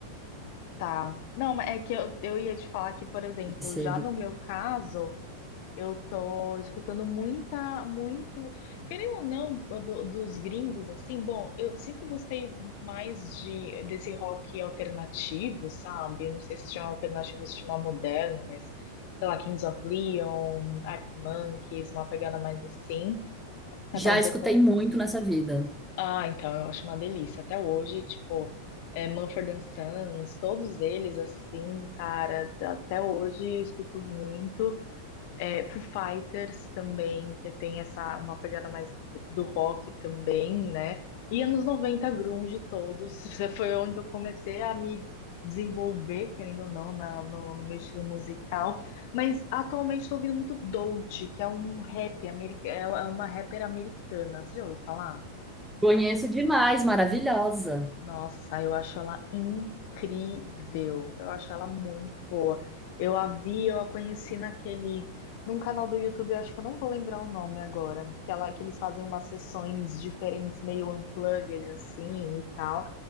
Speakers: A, on the left; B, in the centre.
A: Tá. Não, mas é que eu, eu ia te falar que, por exemplo,
B: seria.
A: já no meu caso, eu tô escutando muita, muito, querendo ou não, do- dos gringos, assim, bom, eu sempre gostei mais de desse rock alternativo, sabe? Não sei se chama alternativo, se chama moderno, mas sei lá, Kings of Leon, Arctic Monkeys, uma pegada mais assim.
B: Já
A: É Até um
B: escutei
A: pouco
B: muito nessa vida.
A: ah, então, eu acho uma delícia. Até hoje, tipo, é, Mumford and Sons, todos eles, assim, cara, da- até hoje eu escuto muito. É, Foo Fighters também, que tem essa, uma pegada mais do, do rock também, né? E anos 90, grunge todos. <laughs> Foi onde eu comecei a me desenvolver, querendo ou não, na- no, no meu estilo musical. Mas atualmente estou ouvindo muito Dolce, que é um rap, ameri- é é uma rapper americana. Você já ouviu falar?
B: Conheço demais, maravilhosa.
A: Nossa, eu acho ela incrível. Eu acho ela muito boa. Eu a vi, eu a conheci naquele, num canal do YouTube, eu acho que eu não vou lembrar o nome agora, que ela que eles fazem umas sessões diferentes, meio unplugged assim e tal.